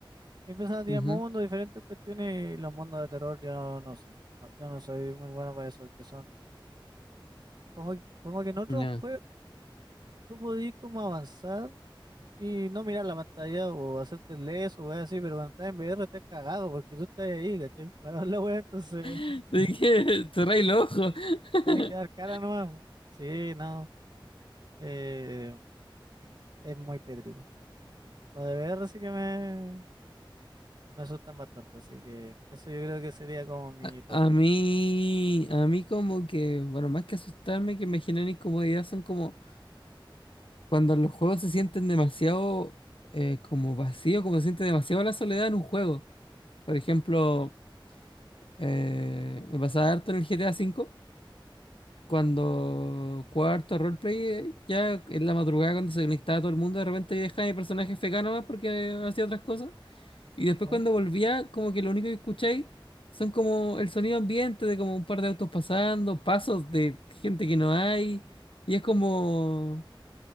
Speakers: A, on the right; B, on the left.
A: Y empiezan a tirar
B: Ujú,
A: mundos, diferentes cuestiones, y los mundos de terror yo no, no sé. No, yo no soy muy bueno para eso, que son... Como, como que en otros
B: ya.
A: juegos tú podías como avanzar. Y no mirar la pantalla o hacerte el leso o weas así, pero cuando estás en VR estás cagado porque tú estás ahí, ¿cachai? <laughs> Para ver la wea, entonces
B: <laughs>
A: <laughs>
B: ¿De qué? Cerré el ojo. <laughs>
A: tienes que dar cara nomás. Sí, no, eh, es muy tétrico. Lo de VR sí que me, me asustan bastante, así que eso yo creo que sería como mi
B: A,
A: tope,
B: a mí, a mí como que, bueno, más que asustarme, que me generan incomodidad, son como cuando los juegos se sienten demasiado eh, como vacío, como se siente demasiado la soledad en un juego. Por ejemplo, eh, me pasaba harto en el GTA V, cuando jugaba harto roleplay, eh, ya en la madrugada cuando se conectaba todo el mundo, de repente yo dejaba mi personaje FK más porque hacía otras cosas. Y después
A: ¿ya?
B: cuando volvía, como que lo único que escucháis son como el sonido ambiente de como un par de autos pasando, pasos de gente que no hay. Y es como,